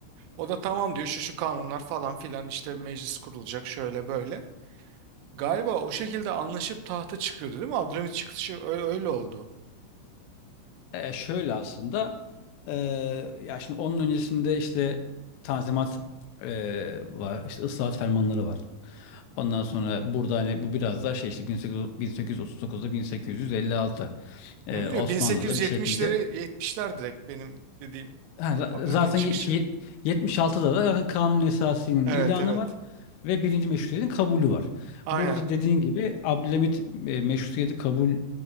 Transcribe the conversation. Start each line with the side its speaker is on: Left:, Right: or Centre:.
Right: O da tamam diyor şu şu kanunlar falan filan işte meclis kurulacak şöyle böyle. Galiba o şekilde anlaşıp tahta çıkıyordu değil mi? Abdülhamit çıkışı öyle, öyle oldu.
Left: Ee, şöyle aslında ee, ya şimdi onun öncesinde işte tanzimat ee, var, işte ıslahat fermanları var. Ondan sonra burada hani bu biraz daha şey işte 1800 1839'da 1856 ee,
Right: Hı?
Left: Osmanlı'da
Right: Ya 1870'leri
Left: bir şekilde
Right: 70'ler direkt benim dediğim
Left: Ha, za-
Right: Abdülhamit'in
Left: zaten
Right: çıkışı.
Left: ye- şey- 76'da da zaten kanun esasının
Right: Evet
Left: ilanı
Right: evet
Left: var ve birinci meşrutiyetin kabulü var.
Right: aynen
Left: Burada dediğin gibi Abdülhamit e, meşrutiyeti kabul